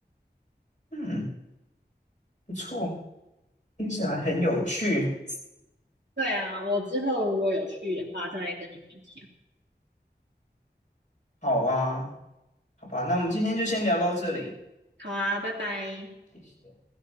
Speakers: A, on the left; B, on the right.
A: 嗯，不错，听起来很有趣。
B: 对啊，我之后如果有去的话，再跟你分享。
A: 好啊，好吧，那我们今天就先聊到这里，
B: 好啊，拜拜。
A: 谢谢，